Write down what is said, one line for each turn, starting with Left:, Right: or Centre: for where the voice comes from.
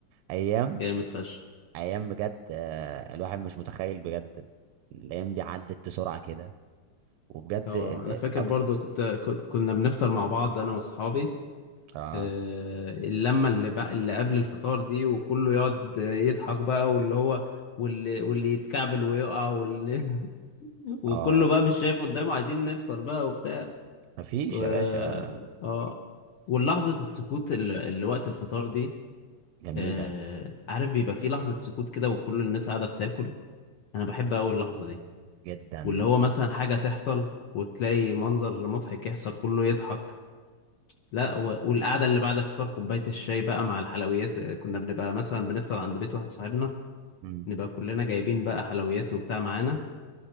Right: ايام
Left: جامد فشخ
Right: ايام بجد آه، الواحد مش متخيل بجد الايام دي عدت بسرعه كده وبجد
Left: اه
Right: ال...
Left: أنا
Right: آه،
Left: فاكر
Right: أكت...
Left: برضو كنت كن- كنا بنفطر مع بعض أنا وأصحابي
Right: اه
Left: آه، اللمة اللي بقى اللي قبل الفطار دي وكله يقعد يضحك بقى واللي هو واللي واللي يتكعبل ويقع واللي <laughs> وكله
Right: اه
Left: بقى مش شايف قدامه عايزين نفطر بقى وبتاع
Right: مفيش
Left: و...
Right: يا باشا
Left: اه واللحظة السكوت اللي اللي وقت الفطار دي
Right: جميله
Left: آه عارف بيبقى في لحظة سكوت كده وكل الناس قاعدة بتاكل أنا بحب أوي اللحظة دي
Right: جدا
Left: واللي هو مثلا حاجة تحصل وتلاقي منظر مضحك يحصل كله يضحك لا و- والقعدة اللي بعد الفطار كوباية الشاي بقى مع الحلويات آه، كنا بنبقى مثلا بنفطر عند بيت واحد صاحبنا
Right: مم.
Left: نبقى كلنا جايبين بقى حلويات وبتاع معانا